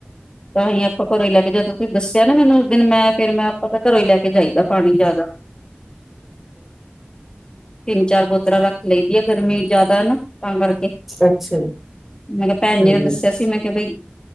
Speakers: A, on the left; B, in the centre.
A: ਤਾਂਹੀ ਆਪਾਂ ਘਰੋਂ ਹੀ ਲੈ ਕੇ ਜਦੋਂ ਤੁਸੀਂ ਦੱਸਿਆ ਨਾ ਮੈਨੂੰ ਦਿਨ ਮੈਂ ਫੇਰ ਮੈਂ ਆਪਦਾ ਘਰੋਂ ਹੀ ਲੈ ਕੇ ਜਾਈਦਾ ਪਾਣੀ ਜ਼ਿਆਦਾ ਤਿੰਨ ਚਾਰ ਬੋਤਲਾਂ ਰੱਖ ਲਈਦੀ ਆ ਗਰਮੀ ਜ਼ਿਆਦਾ ਨਾ ਤਾਂ ਕਰਕੇ
B: ਅੱਛਾ ਜੀ।
A: ਮੈਂ ਕਿਹਾ ਭੈਣ
B: ਹੂੰ।
A: ਜੀ ਨੇ ਦੱਸਿਆ ਸੀ ਮੈਂ ਕਿਹਾ ਬਈ